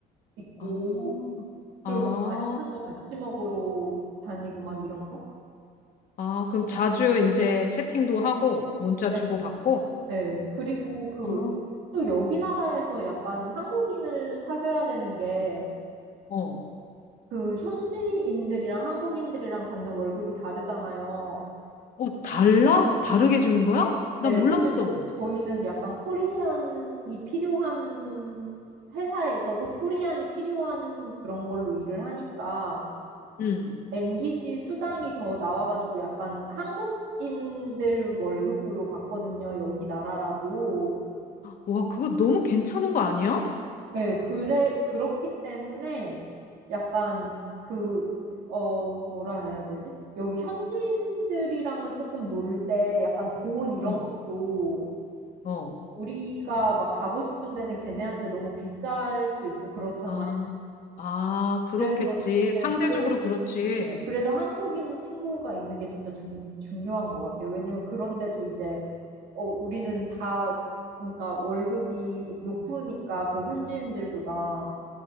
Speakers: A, on the right; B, on the left.
A: 있고
B: 아, 아,
A: 그리고 막 맛있는 거 같이 먹으러 다니고 막 이런 거?
B: 아. 그럼 자주 이제 채팅도 하고 문자
A: 네.
B: 주고받고?
A: 네. 그리고 그
B: 아,
A: 또 여기 나라에서 약간 한국인을 사귀어야 되는 게
B: 어.
A: 그 현지인들이랑 한국인들이랑 받는 월급이 다르잖아요.
B: 어, 달라? 다르게 주는 거야? 나
A: 네,
B: 몰랐어.
A: 왜냐면 저희는 약간 코리안이 필요한 회사에서도 코리안이 필요한 그런 걸로 일을 하니까
B: 응.
A: 엔기지 수당이 더 나와가지고 약간 한국인들 월급으로 받거든요. 여기 나라라도.
B: 와, 그거 너무 괜찮은 거 아니야?
A: 네, 그래, 그렇기 때문에 약간 그, 어, 뭐라 해야 되지? 여기 현지인들이랑은 조금 놀 때 약간 돈 이런
B: 어,
A: 것도
B: 어,
A: 우리가 막 가고 싶은 데는 걔네한테 너무 비쌀 수 있고 그렇잖아요.
B: 아, 아, 그렇겠지.
A: 그래서, 네,
B: 상대적으로
A: 그래서,
B: 그렇지.
A: 네, 그래서 한국인 친구가 있는 게 진짜 중, 중요한 것 같아요. 왜냐면 그런데도 이제, 어, 우리는 다, 그러니까 월급이 높으니까 그 현지인들보다.